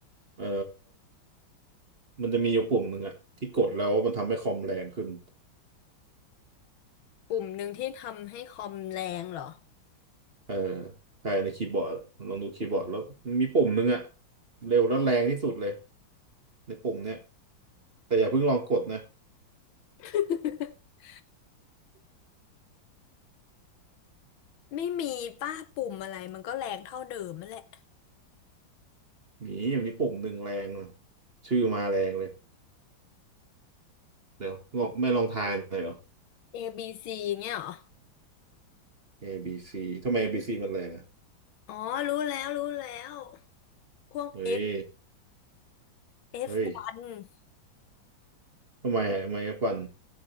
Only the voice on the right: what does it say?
เออมันจะมีอยู่ปุ่มหนึ่งอะที่กดแล้วมันทำให้คอมแรงขึ้น
เออใช่ในคีย์บอร์ดอะลองดูคีย์บอร์ดแล้วมีปุ่มหนึ่งอะเร็วและแรงที่สุดเลยในปุ่มเนี้ยแต่อย่าเพิ่งลองกดนะ
หนีมีปุ่มหนึ่งแรงอะชื่อมาแรงเลยเดี๋ยวลองไม่ลองทายหน่อยเหรอ
A B C ทำไม A B C มันแรงอ่ะ
เฮ้ย
เฮ้ย ทำไมอ่ะทำไมอะปั่น